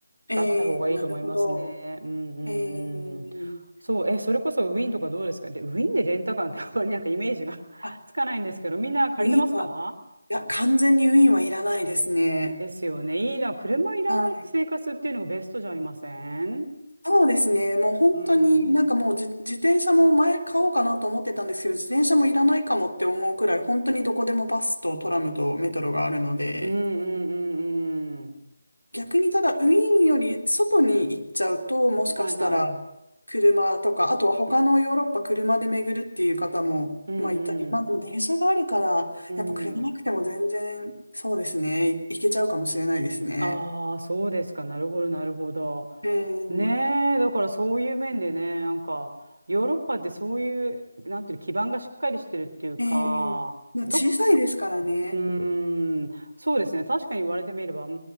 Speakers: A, on the left; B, on the right.
A: えええなるほど。
B: があった方がいいと思いますね。うんうんうん。
A: ええ
B: そう、え、それこそウィンとかどうですかで、ウィンでレンタカーって <laughs> あんまりなんかイメージが <laughs>
A: あ
B: つかないんですけど、みんな借りてますか
A: ウィーンは、いや、完全にウィーンはいらないですね。
B: ですよね。いいな。車いらない生活っていうのがベストじゃありません
A: はい。そうですね。もう本当になんかもうじ自転車も前買おうかなと思ってたんですけど、
B: うん。
A: 自転車もいらないかもって思うくらい、本当にどこでもバスとトラムとメトロがあるので、
B: うんうんうんうん。
A: 逆にただウィーンより外に行っちゃうと、もしかしたら車とか、
B: はいはい。
A: あとは他のヨーロッパ車で巡るっていう方も、
B: うんうん。
A: まあいたり、まあでも電車があるから、
B: うん。
A: やっぱ車なくても全然、そうですね、い行けちゃうかもしれないですね。
B: ああ、そうですか。なるほど、なるほど。
A: うん
B: ねえ、だからそういう面でね、なんか、ヨーロッパってそういう、なんていうの基盤がしっかりしてるっていうか、
A: ええまあ、
B: どこ、
A: 小さいですからね。
B: うーん、そうですね。確かに言われてみれば、うん